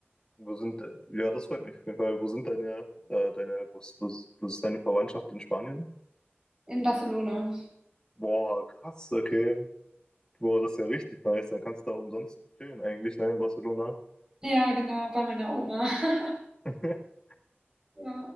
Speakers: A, on the left; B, on the right.
A: Wo sind, äh, ja, das freut mich auf jeden Fall. Wo sind deine, äh, deine, wo ist, wo ist, wo ist deine Verwandtschaft in Spanien?
B: In Barcelona.
A: Boah, krass, okay. Boah, das ist ja richtig nice. Dann kannst du da umsonst chillen eigentlich, ne, in Barcelona.
B: Ja, genau, bei meiner Oma. <laughs>
A: <laughs>
B: Ja.